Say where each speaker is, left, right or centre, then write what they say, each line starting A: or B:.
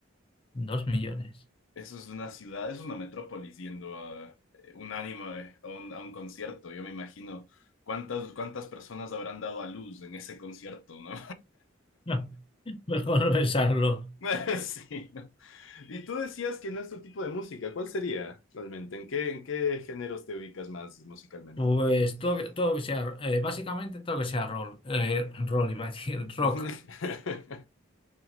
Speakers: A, on the left; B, on the left.
A: Dos millones.
B: Eso es una ciudad, es una metrópolis yendo a, eh, unánime a un, a un concierto. Yo me imagino cuántas, cuántas personas habrán dado a luz en ese concierto, ¿no?
A: <laughs> Mejor no pensarlo.
B: <laughs> Sí. ¿no? Y tú decías que no es tu tipo de música. ¿Cuál sería realmente? ¿En qué, en qué géneros te ubicas más musicalmente?
A: Pues todo, que- todo que sea, eh, básicamente todo que sea roll, eh, roll, iba a decir, rock.
B: <laughs>